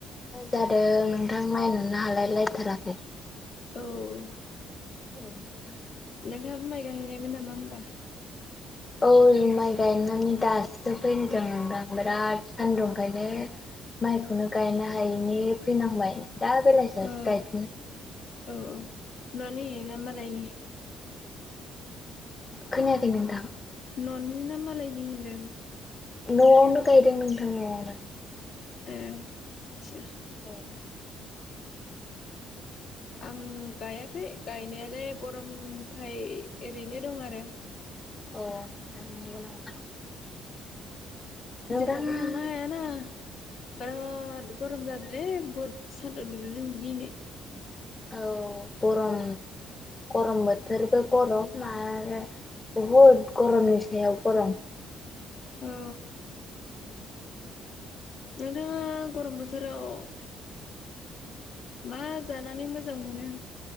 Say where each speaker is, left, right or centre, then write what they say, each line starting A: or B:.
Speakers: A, on the left; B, on the left.
A: जादों नोंथां नायनोनो हालाय लायथाराखै
B: औ
A: औ
B: नोंथाङाबो माइ गायाहैनायमोन नामा होनबा
A: औ माइ गायनानै दासो फैदों नोंथां बिराद सान्दुंखायनो माइखौनो गायनो हायैनि फैनांबाय दा बेलासियावसो
B: ओ
A: गायफिननो
B: औ औ न'नि ना मालायनि
A: खोनायाखै नोंथां
B: ननि ना मालायनि होनदों
A: न'वावनो गायदों नोंथां नवावनो
B: ए आतसा
A: औ
B: आं गायाखै गायनायालाय गरमखाय ओरैनो दं आरो
A: अ नंगौ नंगौ नामा? नोंथां
B: जेरावबो थांला हायाना बिराद गरमजादोलै बुहुद सान्दुं दुंदों दिनै।
A: औ गरम गरम बोथोरबो गरम <unintelligible> बुहुद गरमनि सायाव गरम
B: औ नोंथाङा गरम बोथोराव मा जानानै मोजां मोनो